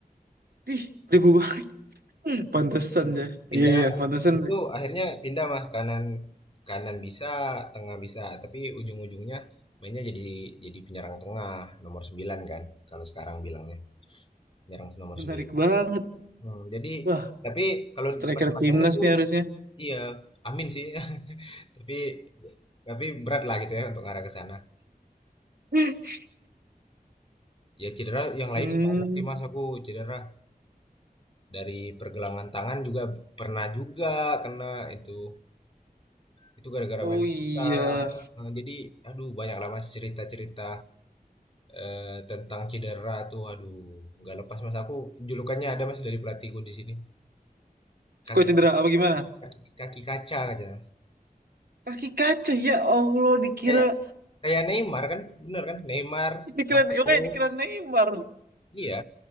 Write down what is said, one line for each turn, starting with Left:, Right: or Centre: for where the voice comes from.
Right: Ih, jago banget. <laughs> Pantesan ya.
Left: Pindah
Right: Iya iya, pantesan
Left: itu akhirnya pindah, Mas, kanan kanan bisa, tengah bisa, tapi ujung-ujungnya mainnya jadi jadi penyerang tengah nomor 9 kan kalau sekarang bilangnya. Penyerang nomor
Right: menarik
Left: 9.
Right: banget.
Left: Hmm, jadi
Right: Wah,
Left: tapi kalau
Right: striker
Left: pas main
Right: timnas
Left: itu
Right: nih harusnya.
Left: iya, amin sih. <laughs> Tapi tapi berat lah gitu ya untuk arah ke sana.
Right: <laughs>
Left: Ya cedera yang
Right: Hmm,
Left: lain banyak sih Mas aku cedera dari pergelangan tangan juga pernah juga kena itu itu gara-gara
Right: oh
Left: main
Right: iya.
Left: futsal. Eh, jadi aduh banyak lah Mas cerita-cerita eh, tentang cedera tuh aduh nggak lepas Mas aku julukannya ada Mas dari pelatihku di sini kaki
Right: Suka cedera apa gimana?
Left: kaki kaki kaca aja.
Right: Kaki kaca ya Allah dikira
Left: Kayak kayak Neymar kan, bener kan? Neymar,
Right: Dikira,
Left: Marquinhos,
Right: oke, dikira Neymar.
Left: iya.